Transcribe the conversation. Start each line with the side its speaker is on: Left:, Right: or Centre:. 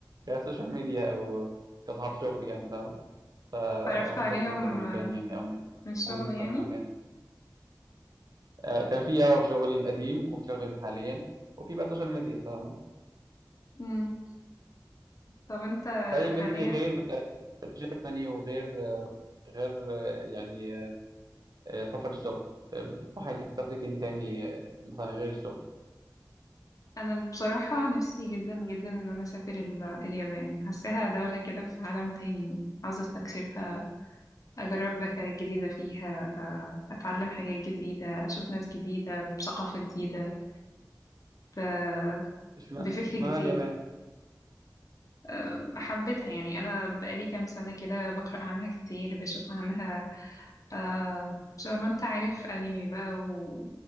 Right: كسوشيال ميديا او كصحاب شغل يعني فاهمه ف
Left: تعرفت
Right: او
Left: عليهم
Right: سافروا كذا مكان
Left: آه،
Right: يعني او
Left: من الشغل
Right: موجودين في
Left: يعني
Right: كذا مكان آه، كان في اه في شغلي القديم وفي شغلي حاليا وفي بقى سوشيال ميديا فاهمه
Left: مم. طب انت
Right: طيب
Left: حاليا
Right: انت غير جيرماني وغير غير يعني آه، سفر الشغل بتطمحي انك تسافري فين تاني آه، مثلا غير الشغل
Left: انا بصراحة نفسي جدا جدا ان انا اسافر ال- اليابان حاساها دولة كده في عالم تاني عاوزة استكشفها اجرب اكلات جديدة فيها آه، اتعلم حاجات جديدة اشوف ناس جديدة بثقافة جديدة ب-
Right: اشمعنى
Left: بفكر
Right: اشمعنى
Left: جديد
Right: اليابان
Left: آه، حبيتها يعني انا بقالي كام سنة كده بقرأ عنها كتير بشوف عنها آه شبه ما انت عارف انمي بقى و...